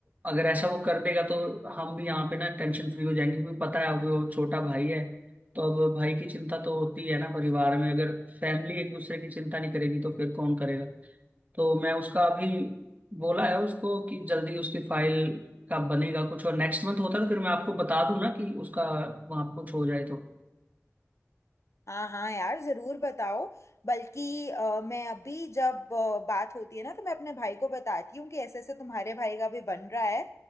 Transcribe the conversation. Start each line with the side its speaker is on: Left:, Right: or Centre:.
Right: अगर ऐसा वो कर देगा तो हम भी यहाँ पे ना टेंशन फ्री हो जाएंगे क्योंकि पता है अब वो छोटा भाई है तो अब भाई की चिंता तो होती है ना परिवार में अगर फैमिली एक दूसरे की चिंता नहीं करेगी तो फिर कौन करेगा तो मैं उसका अभी बोला है उसको कि जल्दी उसकी फाइल का बनेगा कुछ और नेक्स्ट मंथ होता है तो फिर मैं आपको बता दूं ना कि उसका वहाँ कुछ हो जाए तो
Left: हाँ हाँ यार जरूर बताओ बल्कि अ, मैं अभी जब अ, बात होती है ना तो मैं अपने भाई को बताती हूँ कि ऐसे ऐसे तुम्हारे भाई का भी बन रहा है